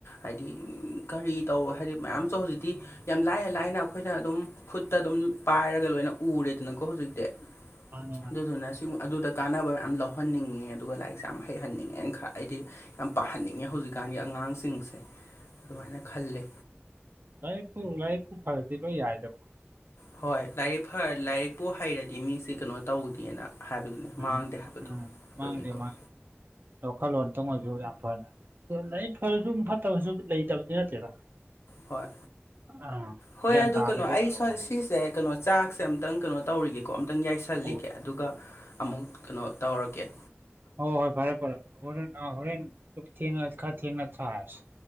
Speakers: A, on the left (about 85°); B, on the right (about 50°).
A: ꯍꯥꯏꯗꯤ ꯀꯔꯤ ꯇꯧ ꯍꯥꯏꯗꯤ ꯃꯌꯥꯝꯁꯨ ꯍꯧꯖꯤꯛꯇꯤ ꯌꯥꯝ ꯂꯥꯏꯅ ꯂꯥꯏꯅ ꯑꯩꯈꯣꯏꯅ ꯑꯗꯨꯝ ꯈꯨꯠꯇ ꯑꯗꯨꯝ ꯄꯥꯏꯔꯒ ꯂꯣꯏꯅ ꯎꯔꯦꯗꯅꯀꯣ ꯍꯧꯖꯤꯛꯇꯤ
B: ꯃꯥꯅꯦ ꯃꯥꯅꯦ
A: ꯑꯗꯨꯗꯨꯅ ꯑꯗꯨꯗ ꯀꯥꯟꯅꯕ ꯃꯌꯥꯝ ꯂꯧꯍꯟꯅꯤꯡꯉꯦ ꯑꯗꯨꯒ ꯂꯥꯏꯔꯤꯛꯁꯦ ꯌꯥꯝ ꯍꯩꯍꯟꯅꯤꯡꯉꯦꯅ ꯈ ꯑꯩꯗꯤ ꯌꯥꯝ ꯄꯥꯍꯟꯅꯤꯡꯉꯦ ꯍꯧꯖꯤꯛꯀꯥꯟꯒꯤ ꯑꯉꯥꯡꯁꯤꯡꯁꯦ ꯑꯗꯨꯃꯥꯏꯅ ꯈꯜꯂꯦ
B: ꯂꯥꯏ ꯂꯥꯏꯨ ꯐꯔꯗꯤꯕ ꯌꯥꯏꯗ
A: ꯍꯣꯏ ꯂꯥꯏꯔꯤꯛ ꯂꯥꯏꯔꯤꯛꯄꯨ ꯍꯩꯔꯗꯤ ꯃꯤꯁꯦ ꯀꯩꯅꯣ ꯇꯧꯗꯦꯅ ꯍꯥꯏꯕꯗꯨꯅꯤ
B: ꯎꯝ
A: ꯃꯥꯡꯗꯦ ꯍꯥꯏꯕꯗꯣ
B: ꯎꯝ
A: ꯑꯗꯨꯅꯤꯀꯣ
B: ꯃꯥꯡꯗꯦ ꯃꯥꯡꯗꯦ ꯋꯥꯈꯜꯂꯣꯟꯇꯪ ꯑꯣꯏꯁꯨ ꯌꯥꯝ ꯐꯅ ꯐꯔꯁꯨ ꯐꯠꯇꯕꯁꯨ ꯂꯩꯇꯕꯗꯤ ꯅꯠꯇꯦꯗ
A: ꯍꯣꯏ
B: ꯑꯥ
A: ꯍꯣꯏ
B: ꯒ꯭ꯌꯥꯟ
A: ꯑꯗꯨ
B: ꯇꯥꯗꯕꯒꯨꯝꯕꯀꯣ
A: ꯀꯩꯅꯣ ꯑꯩ ꯁꯣ ꯁꯤꯁꯦ ꯀꯩꯅꯣ ꯆꯥꯛꯁꯦ ꯑꯃꯝꯛꯇꯪ ꯀꯩꯅꯣ ꯇꯧꯔꯤꯒꯦꯀꯣ ꯑꯃꯝꯛꯇꯪ ꯌꯥꯏꯁꯜꯂꯤꯒꯦ
B: ꯑꯣ
A: ꯑꯗꯨꯒ ꯑꯃꯨꯛ ꯀꯩꯅꯣ ꯇꯧꯔꯛꯀꯦ
B: ꯍ ꯍꯣꯏ ꯐꯔꯦ ꯐꯔ ꯍꯔꯦꯟ ꯍꯔꯦꯟ ꯊ ꯑꯠꯈꯥ ꯊꯅ ꯊꯥꯁ